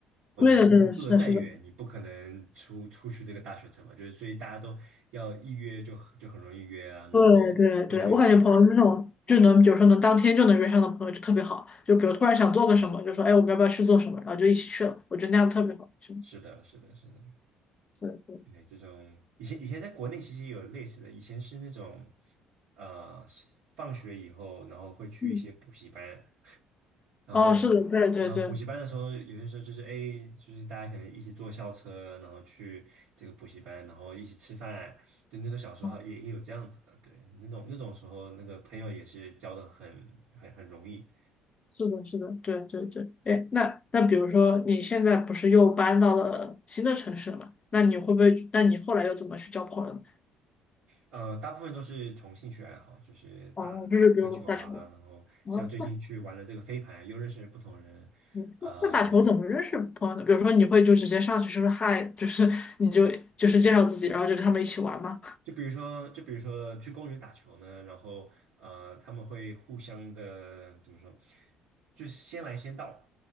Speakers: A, on the left; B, on the right.
A: 对的，
B: 就算住得再远，
A: 对的，是的，是的，
B: 你不可能出出去这个大学城嘛，就是所以大家都要一约就就很容易约啊，然后
A: 对对对，
B: 同学一起玩，
A: 我感觉朋友是那种就能，
B: 对，
A: 比如说能当天就能约上的朋友就特别好，就比如突然想做个什么，就说哎，我们要不要去做什么，然后就一起去了，我觉得那样特别好。是的，
B: 是的，是的，是的。
A: 对对，
B: 对，这种以前以前在国内其实也有类似的，以前是那种，呃，是放学以后，然后会去一些补习班，
A: 嗯，
B: 然后然后补习班的时候，
A: 哦，是的，对对对，
B: 有些时候就是哎，就是大家可能一起坐校车，然后去这个补习班，然后一起吃饭，就那种小时候也也有这样子的，
A: 哦，
B: 对，那种那种时候那个朋友也是交的很很很容易，
A: 是的，是的，对对对，哎，那那比如说你现在不是又搬到了新的城市了嘛？那你会不会？那你后来又怎么去交朋友呢？
B: 呃，大部分都是从兴趣爱好，就是打打个球啊，
A: 哦，就是比如打球。
B: 然后像最近去玩了这个飞盘，
A: 哦
B: 又认识了不同人，
A: 嗯那打球怎么认识朋友呢？
B: 呃，
A: 比如说，你会就直接上去说嗨，就是你就就是介绍自己，然后就跟他们一起玩吗？
B: 就比如说，就比如说去公园打球呢，然后呃，他们会互相的怎么说，就是先来先到，